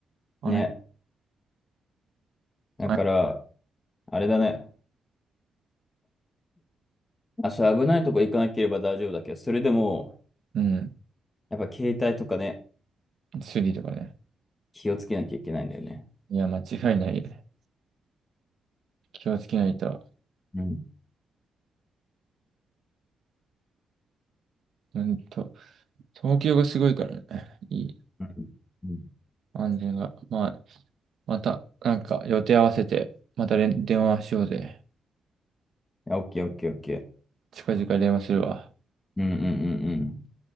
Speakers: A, on the right; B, on the left.
A: あの、
B: う。ね。だから、
A: あ
B: あれだね。あ、そ危ないとこ行かなければ大丈夫だけど、それでも、
A: うん、
B: やっぱ携帯とかね、
A: スリとかね。
B: 気をつけなきゃいけないんだよね。
A: いや、間違いないよね。気をつけないと。
B: うん。
A: うんと、東京がすごいからね。いい
B: うん。うん
A: 安全が。まあ、また、なんか予定合わせて、また連電話しようぜ。
B: やオッケーオッケーオッケー。
A: 近々電話するわ。
B: うんうんうんうん。